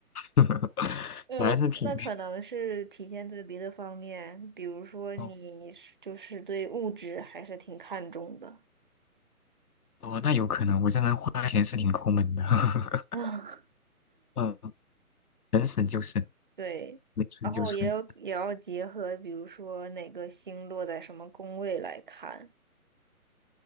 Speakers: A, on the left; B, on the right.
A: <laughs>
B: 呃，
A: 我还是挺……
B: 那可能是体现在别的方面，比如说你是就是对物质还是挺看重的
A: 哦哦，那有可能，我这人花钱是挺抠门的。<laughs>
B: 啊，
A: 嗯，能省就省，
B: <laughs> 对，
A: 能存就存。
B: 然后也有也要结合，比如说哪个星落在什么宫位来看。